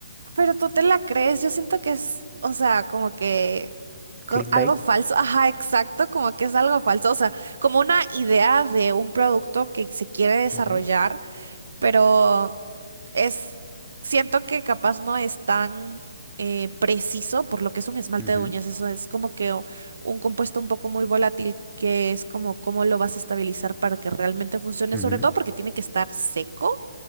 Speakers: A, on the right; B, in the centre.
A: pero tú te la crees, yo siento que es, o sea, como que co-
B: Clickbait.
A: algo falso, ajá, exacto, como que es algo falso, o sea, como una idea de un producto que se quiere desarrollar.
B: Ujú,
A: pero es, siento que capaz no es tan eh, preciso por lo que es un esmalte
B: ujú,
A: de uñas. Eso es como que u- un compuesto un poco muy volátil que es como cómo lo vas a estabilizar para que realmente funcione,
B: ujú,
A: sobre todo porque tiene que estar seco